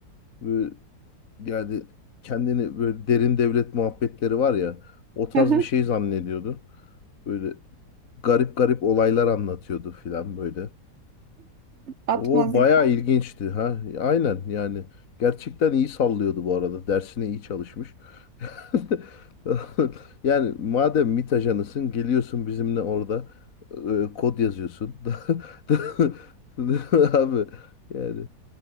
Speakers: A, on the left (about 55°); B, on the right (about 45°).
A: Böyle, yani kendini böyle derin devlet muhabbetleri var ya. O tarz
B: <laughs>
A: bir şey zannediyordu. Böyle garip garip olaylar anlatıyordu falan böyle.
B: Atmaz
A: O bayağı
B: yani.
A: ilginçti ha. Aynen yani. Gerçekten iyi sallıyordu bu arada. Dersine iyi çalışmış. <laughs> Yani madem MİT ajanısın geliyorsun bizimle orada e, kod yazıyorsun. <laughs> Abi yani